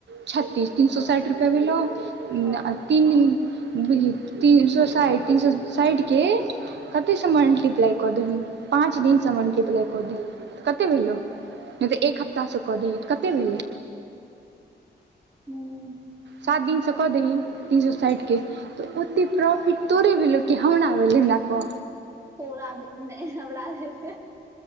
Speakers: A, on the right; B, on the right.
A: छ्तीस, तीन सौ साइठ रुपया भेलौ, आ
B: हँ
A: तीन दिन। तीन सौ साइठ, तीन सौ साइठ के कते स मल्टी प्लाइ कऽ देलही, पाँच दिन सँ मलटिप्लाइ कऽ दीही, तऽ कते भेलौ? नैय तऽ एक हफ्ता सँ कऽ दैैही, तऽ कते भेलै?
B: हूँ।
A: सात दिन सँ कऽ दही, तीन सो सैठ के। तऽ ओते प्रॉफिट तोरे भेलौ, कि हमरा भेलै हमरा कह?
B: तोरा भे नै हमरा भैलए।